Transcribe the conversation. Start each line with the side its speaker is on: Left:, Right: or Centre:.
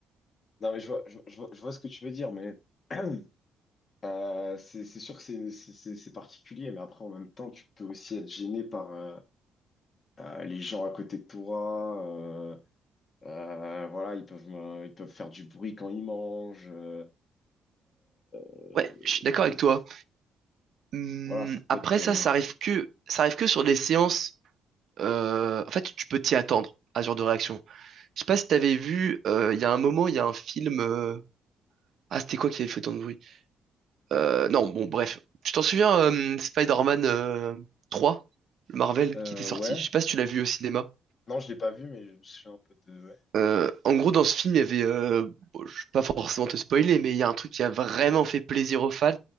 Left: Non, mais je vois, je, je vois, je vois ce que tu veux dire, mais <clears throat> euh, c'est c'est sûr que c'est c'est- c'est- c'est particulier, mais après, en même temps, tu peux aussi être gêné par euh, euh, les gens à côté de toi. euh, euh, voilà, ils peuvent, me- ils peuvent faire du bruit quand ils mangent. euh, euh,
Right: Ouais, je suis d'accord
Left: ils peuvent,
Right: avec toi. Hum,
Left: voilà, ça peut
Right: après
Left: être. euh,
Right: ça, ça arrive que, ça arrive que sur des séances. euh, en fait, tu peux t'y attendre à ce genre de réaction. Je sais pas si t'avais vu, euh, il y a un moment, il y a un film. euh, Ah, c'était quoi qui avait fait tant de bruit? Euh, non, bon, bref. Tu t'en souviens, euh, Spider-Man euh, 3, le Marvel
Left: euh,
Right: qui était sorti.
Left: ouais.
Right: Je sais pas si tu l'as vu au cinéma.
Left: Non, je l'ai pas vu, mais je me souviens un peu de. Ouais.
Right: Euh, en gros, dans ce film, il y avait, euh, bon, je vais pas forcément te spoiler, mais il y a un truc qui a vraiment fait plaisir aux fans,